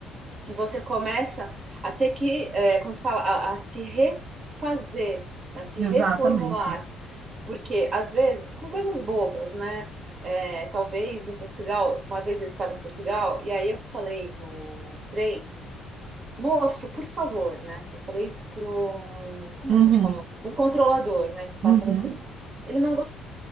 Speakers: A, on the right (about 35°); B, on the right (about 55°).
A: e você começa a ter que, é, como se fala, a, a se refazer, a se
B: Exatamente.
A: reformular. Porque, às vezes, com coisas bobas, né? É, talvez em Portugal, uma vez eu estava em Portugal, e aí eu falei no trem, moço, por favor, né? Eu falei isso para um, como
B: Uhum,
A: a gente fala, um controlador, né, que passa
B: uhum,
A: no trem. Ele não